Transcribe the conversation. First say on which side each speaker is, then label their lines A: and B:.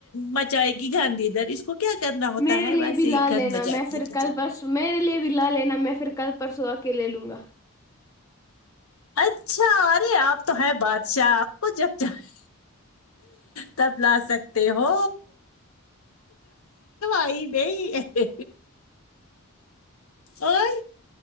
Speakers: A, on the left (about 80°); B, on the left (about 15°).
A: مچائے گی گند ادھر اس کو کیا کرنا ہوتا
B: میرے
A: ہے
B: لیے
A: بس
B: بھی
A: یہی
B: لا لینا
A: گند مچاتی
B: میں پھر
A: ہے کچن
B: کل پرسوں
A: میں
B: میرے لیے بھی لا لینا میں پھر کل پرسوں آ کے لے لوں گا
A: اچھا ارے آپ تو ہے بادشاہ آپ کو جب چاہے تب لا سکتے ہو آئی بی ہے اور